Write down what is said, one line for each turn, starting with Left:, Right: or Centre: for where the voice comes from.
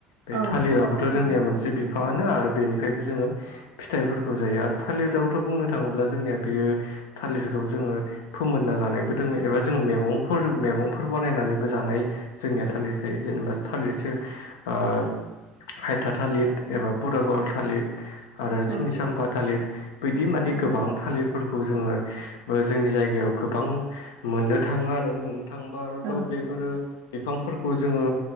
Left: बे
Right: औ
Left: थालिरआबोथ'
Right: नंगौ
Left: जोंनिया मोनसे बिफाङानो आरो बेनिफ्रायबो जोङो फिथाइफोरखौ जायो आरो थालिरावथ' बुंनो थाङोब्ला जोंनिया बेयो थालिरखौ जोङो फोमोनना जानायबो दोङो एबा जो मेगंफोर मेगंफोर बानायनानैबो जानाय जोंनिया थालिर थायो जेनेबा थालिरसो ओ हायथा थालिद एबा पुरागर थालिर आरो
Right: औ
Left: सिनिसाम्फा थालिर बिदि माने
Right: औ
Left: गोबां थालिरफोरखौ जोङो ओ जोंनि जायगायाव गोबां मोननो थाङो आरो नुनो थांबा आरोथ'
Right: औ
Left: बेफोरो बिफांफोरखौ जोङो